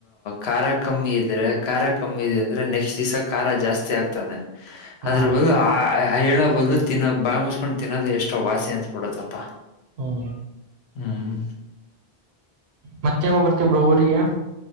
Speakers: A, on the left; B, on the right.
A: ಖಾರ ಕಮ್ಮಿ ಇದ್ರೆ ಖಾರ ಕಮ್ಮಿ ಇದೆ ಅಂದ್ರೆ ನೆಕ್ಸ್ಟ್ ದಿವಸ ಖಾರ ಜಾಸ್ತಿ ಜಾಸ್ತಿ ಆಗ್ತಾನೆ
B: ಹಾ
A: ಅದ್ರ ಆ ಹೇಳ ಬದ್ಲು ತಿನ್ನ ಬಾಯಿ ಮುಸ್ಕೊಂಡು ತಿನ್ನೋದ ಎಷ್ಟೋ ವಾಸಿ ಅನ್ಸ್ಬಿಡತ್ತಪ್ಪಾ
B: ಹ್ಮ
A: ಹ್ಮ್.
B: ಮತ್ತ ಯಾವಾಗ ಬರ್ತೀಯಾ ಬ್ರೋ ಊರಿಗೆ.